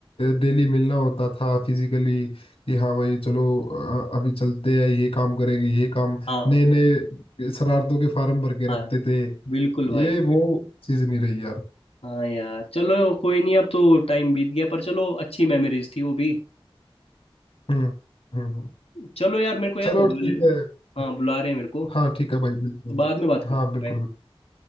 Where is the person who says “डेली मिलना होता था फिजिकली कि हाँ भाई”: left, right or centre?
Left